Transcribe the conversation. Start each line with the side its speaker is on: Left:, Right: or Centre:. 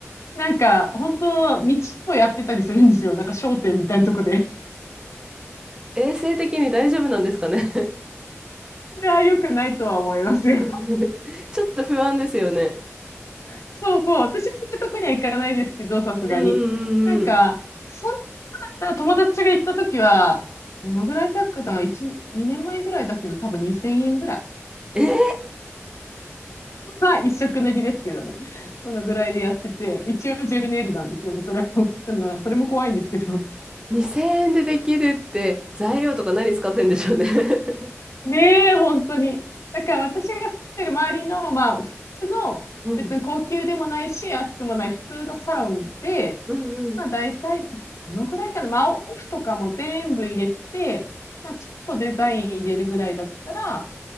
Left: なんか、本当、道をやってたりするんですよ。なんか商店みたいなとこで。
Right: 衛生的に大丈夫なんですかね
Left: いや、良くないとは思いますよ。
Right: <laughs> ちょっと不安ですよね。
Left: そうそう。私はそういうとこには行かないですけど、さすがに。
Right: うんう
Left: なんか、
Right: んうんうん。
Left: そんなだったら友達が行ったときは、どのぐらいだっけな ?1、2年前ぐらいだけど、多分2000円ぐらい。
Right: えー、
Left: は一色塗りですけどね。そのぐらいでやってて、一応ジェルネイルなんですよね。それも、ちょっとなんかそれも怖いんですけど。<laughs>
Right: 2000円でできるって材料とか何使ってんでしょうね <laughs>
Left: ねえ、本当に。だから私が住んでる周りの、まあ、普通の、
Right: うん。
Left: 別に高級でもないし、安くもない普通のサロンで、
Right: うんうん。
Left: まあ、大体、どのぐらいかな、まあ、オフとかも全部入れて、まあ、ちょっとデザイン入れるぐらいだったら、